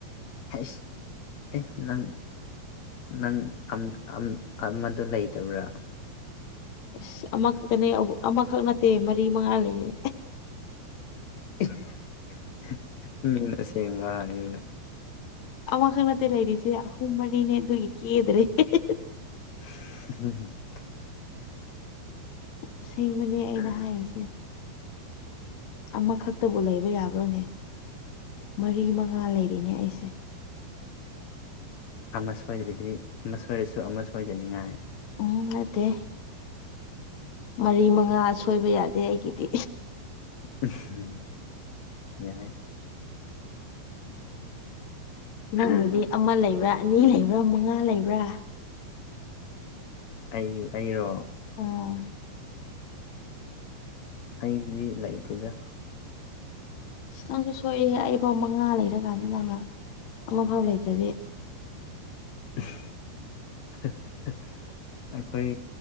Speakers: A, on the left; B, on the left.
A: ꯍꯥꯏꯁ ꯑꯦ ꯅꯪ ꯅꯪ ꯑꯝ ꯑꯝ ꯑꯃꯗꯨ ꯂꯩꯇꯕ꯭ꯔꯥ
B: ꯢꯁ ꯑꯃꯈꯛꯇꯅꯦ ꯑꯃꯥꯈꯛ ꯅꯠꯇꯦ ꯃꯔꯤ ꯃꯉꯥ ꯂꯩꯌꯦ
A: <unintelligible> ꯃꯤꯅ ꯑꯁꯦꯡꯕ ꯍꯥꯏꯔꯒ
B: ꯑꯃꯈꯛ ꯅꯠꯇꯦ ꯂꯩꯔꯤꯖꯦ ꯑꯍꯨꯝ ꯃꯔꯤꯅꯦ ꯑꯗꯨꯒꯤ ꯀꯦꯗ꯭ꯔꯦ ꯍꯦ ꯍꯦ
A: <unintelligible>
B: ꯑꯁꯦꯡꯕꯅꯦ ꯑꯩꯅ ꯍꯥꯏꯔꯤꯖꯦ ꯑꯃꯈꯛꯇꯕꯨ ꯂꯩꯕ ꯌꯥꯕ꯭ꯔꯣꯅꯦ ꯃꯔꯤ ꯃꯉꯥ ꯂꯩꯔꯤꯅꯦ ꯑꯩꯁꯦ
A: ꯑꯃ ꯁꯣꯏꯗ꯭ꯔꯗꯤ ꯑꯃ ꯁꯣꯏꯔꯁꯨ ꯑꯃ ꯁꯣꯏꯗꯅꯤꯉꯥꯏ
B: ꯎꯝ ꯅꯠꯇꯦ ꯃꯔꯤ ꯃꯉꯥ ꯁꯣꯏꯕ ꯌꯥꯗꯦ ꯑꯩꯒꯤꯗꯤ
A: ꯎꯝꯍꯨꯝ ꯌꯥꯏ
B: ꯅꯪꯗꯨꯗꯤ ꯑꯃ ꯂꯩꯕ꯭ꯔꯥ ꯑꯅꯤ ꯂꯩꯕ꯭ꯔꯥ ꯃꯉꯥ ꯂꯩꯕ꯭ꯔꯥ
A: ꯑꯩ ꯑꯩꯔꯣ
B: ꯑꯥ
A: ꯑꯩꯗꯤ ꯂꯩꯥꯇꯦꯗ
B: ꯑꯁ ꯅꯪꯁꯨ ꯁꯣꯏ ꯑꯩꯐꯥꯎ ꯃꯉꯥ ꯂꯩꯔꯀꯥꯟꯗ ꯅꯪꯅ ꯑꯃꯐꯥꯎ ꯂꯩꯇ꯭ꯔꯗꯤ
A: ꯑꯍꯨ ꯍꯥꯍꯥ ꯑꯩꯈꯣꯏ